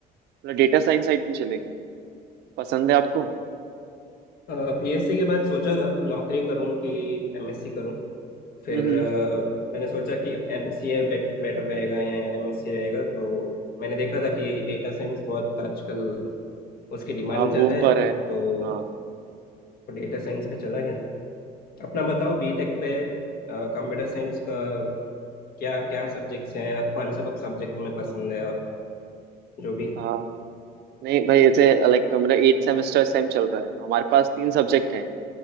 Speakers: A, on the right; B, on the left.
A: मतलब डेटा साइंस साइड क्यों चले गए पसंद है आपको
B: है बीएससी के बाद सोचा था नौकरी करूं कि एमएससी करूं फिर
A: हम्म हम्म,
B: अ, मैंने सोचा कि एमसीए बेटर रहेगा या एमएससी रहेगा तो मैंने देखा था कि डेटा साइंस बहुत आजकल उसकी डिमांड
A: हाँ
B: ज़्यादा
A: बूम
B: है
A: पर
B: तो
A: है हाँ
B: डेटा साइंस पे चला गया अपना बताओ बीटेक पे कंप्यूटर साइंस का क्या क्या सब्जेक्ट्स हैं और कौन सा सब्जेक्ट तुम्हें पसंद है और जो भी
A: हाँ नहीं भाई ऐसे लाइक मेरा एट सेमेस्टर इस टाइम चल रहा है तो हमारे पास तीन सब्जेक्ट हैं